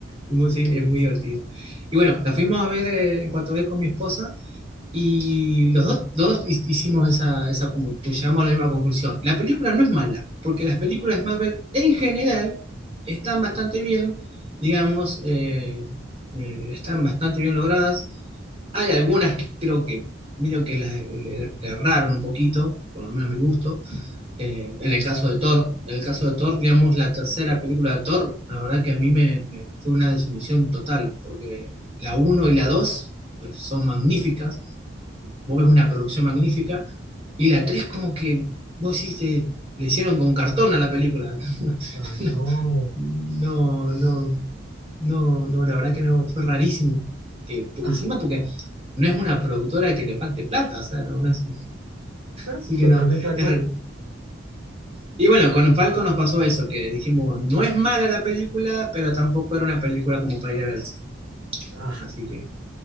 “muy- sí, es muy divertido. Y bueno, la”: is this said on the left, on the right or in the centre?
Right